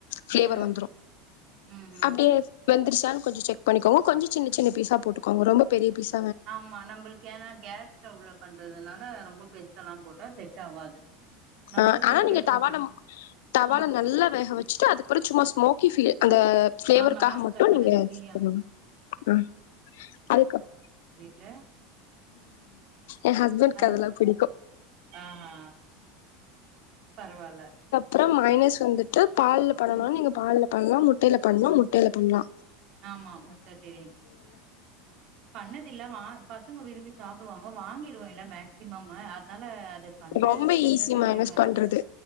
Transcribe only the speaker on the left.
ஃப்ளேவர்
வந்துரு
அப்டியே
வெந்துருச்சான் கொஞ்ச செக் பண்ணிக்கோங்க கொஞ்ச சின்ன சின்ன பீசா போட்டுக்கோங்க ரொம்ப பெரிய பீஸ்
ஆ
ஆனா
நீங்க
தவால தவால
நல்லா வேக வெச்சுட்டு அதுக்கப்புற சும்மா ஸ்மோக்கி ஃபீல் அந்த ஃபிளேவர்க்காக
மட்டு
நீங்க கேஸ்ல பண்ணனு ஆ அதுக்கப்
ஏ ஹஸ்பண்க்
அதலா புடிக்கு
ப்ற மைனஸ் வந்துட்டு பால்ல பண்ணனு
நீங்க பால்ல பன்லா முட் டைல பண்லா
முட்டைல பண்லா
ரொம்ப ஈஸி மைனஸ் பண்றது